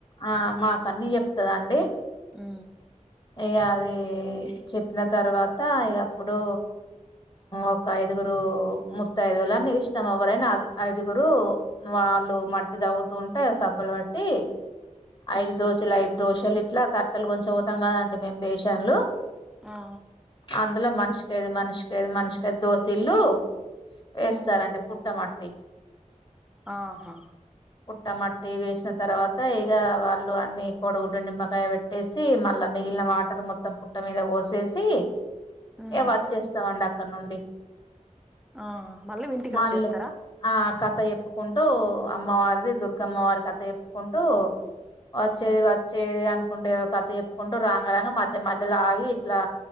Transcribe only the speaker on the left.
ఆ మాకన్ని చెప్తదండి
ఇక అది చెప్పిన తర్వాత ఇక అప్పుడు ఒక ఐదుగురు ముతైదువులు నీ ఇష్టం ఎవ్వరైనా ఐదుగురు వాళ్ళు మట్టి తవ్వుతూ ఉంటే సబ్బులు బట్టి ఐదు
దోశలు ఐదు దోశలు ఇట్లా తట్టలు కొంచం పోవుతాం కదండి మేము బేషన్లు
అందులో మనిషికి ఐదు మనిషికైదు మనిషికైదు దోసీల్లు వేస్తారండి
పుట్టమట్ట
పుట్ట మట్టి వేసిన తర్వాత ఇక వాళ్ళు అన్ని కోడిగుడ్డు నిమ్మకాయ పెట్టేసి మన మిగిలిన వాటర్ మొత్తం పుట్ట మీద పోసేసి
ఇక వచ్చేస్తామండి అక్కడ నుండి
మళ్ళి
ఆ క కథ చెప్పుకుంటూ అమ్మవారిది దుర్గమ్మవారి కథ చెప్పుకుంటూ వచ్చేది
వచ్చేది అనుకుంటే ఒక కథ చె కుంటూ రాంగ రాంగ మధ్య మధ్యలో ఆగి ఇట్లా